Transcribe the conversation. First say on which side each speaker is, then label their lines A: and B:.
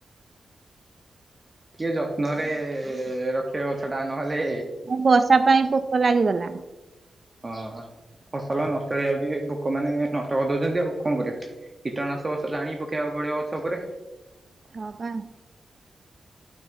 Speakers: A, on the right; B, on the right.
A: ଟିକେ ଯତ୍ନରେ ରଖିବ ଗଛ ଟା ନ ହେଲେ
B: ଆ ବର୍ଷା ପାଇଁ ପୋକ ଲାଗିଗଲା।
A: ହଁ ଫସଲ ନଷ୍ଟ ହେଇଯାଉଛି ପୋକ ମାନେ ନଷ୍ଟ କରିଦଉଛନ୍ତି ଆଉ କଣ କରିବା। କୀଟନାଶକ ଔଷଧ ଆଣି ପକେଇବାକୁ ପଡିବ ଗଛ ଉପରେ।
B: ହଁ ବା।